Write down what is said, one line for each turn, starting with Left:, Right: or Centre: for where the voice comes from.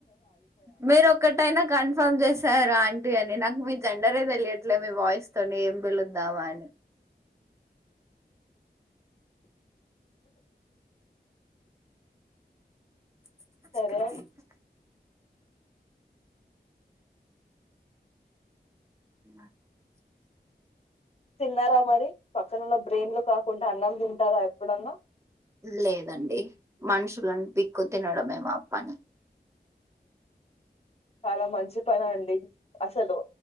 Right: మీరు ఒకటైనా కన్ఫామ్ చేసారు అం టి అని నాకు మీ జెండరే తెలియట్లే మీ వాయిస్ తోని ఏం పిలుద్దామా అని <unintelligible>
Left: సరే
Right: ఆ
Left: తిన్నారా మరి పక్కన ఓలా బ్రెయిన్ లో కాకుండా, అన్నం తింటారా ఎప్పుడన్నా
Right: లేదండి మనుషులను పీక్కు తినడమే మా పని,
Left: చాలా మంచి పని అండి అసలు